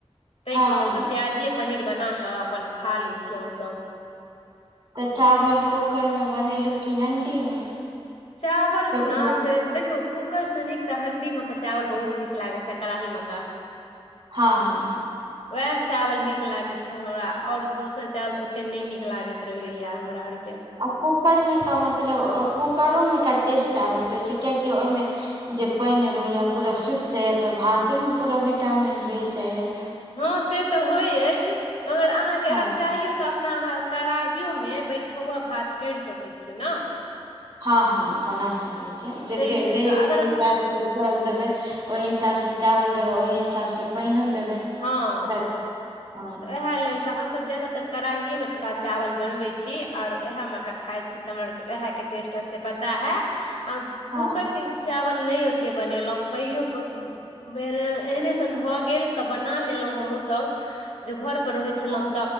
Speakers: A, on the left; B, on the right.
A: ताहिके
B: हँ हँ
A: लेल त प्य पनीर बनाकऽ अपन खा लै छी हमसभ
B: तऽ चावल कूकर में बनेलू की हणडी मे
A: चावलके
B: टोपिया
A: न से
B: मे
A: देखिय कुकरसँ नीक तऽ हंडी मेक चावल बहुत नीक लागैत छै कड़ाही मे क
B: हँ हँ
A: वएह चावल नीक लागैत छै हमरा आओर दोसर चावल तऽ ओतेक नहि नीक लागैत रहैया हमरा आरके
B: आ कूकरमे क मतलब कूकरोमे एक टेस्ट आबैत रहैत छै किियकि ओहिमे जे पानि रहैए पूरा सूखि जाइए तऽ भातेमे पूरा विटामिन रहि जाइए
A: हँ से तऽ होय अछि मगर अहाँके
B: हँ
A: अगर चाहियो तऽ अपना अहाँ कड़ाहियो मे बैठौआ भात करि सकैत छीियै ने
B: हँ हँ बना सकैत छै जते
A: ताहि लेल
B: जे
A: तऽ अगर
B: हनका जल देबे ओहि हिसाब से चावल देबै ओहि हिसाब से पानओ देबै
A: हँ
B: तऽ हँ
A: इएह लेल तऽ हमसब जादातर कड़ाहिएमे क चावल बनबै छी आओर वएहमेक खाइ छी र उएहके टेस्ट ओते पता है आर
B: हँ
A: कूकर के चावल नहि ओतेक बनेलहुँ कहियो बेर एहने सन भऽ गेल तऽ बना लेलहुं हमहु सब जे घर पर रहै छलहुँं
B: हँ